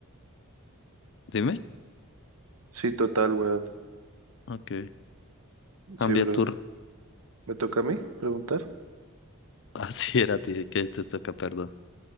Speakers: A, on the left; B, on the right.
A: Dime.
B: Sí, total, weón.
A: Ok. Cambia
B: Sí, bro.
A: tu... r-
B: ¿Me toca a mí preguntar?
A: <laughs> Así era a ti que te toca, perdón.